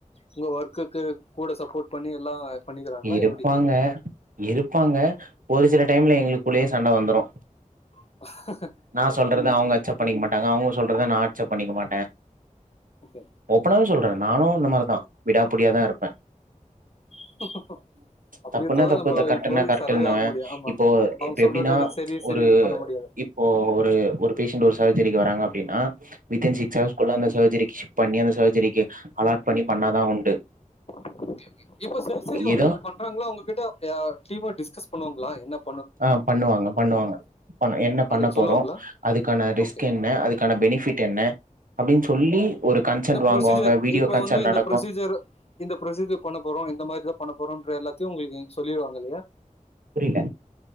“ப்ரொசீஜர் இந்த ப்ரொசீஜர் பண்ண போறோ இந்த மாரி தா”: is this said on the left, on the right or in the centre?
Left